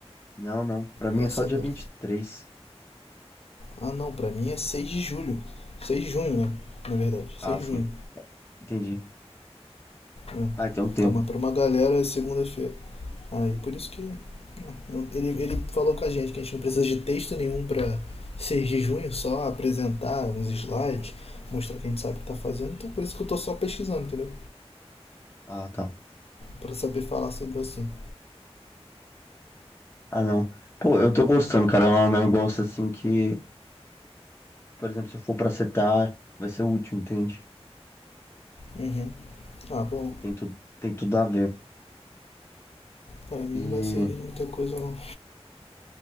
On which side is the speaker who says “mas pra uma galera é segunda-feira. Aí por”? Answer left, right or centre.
Left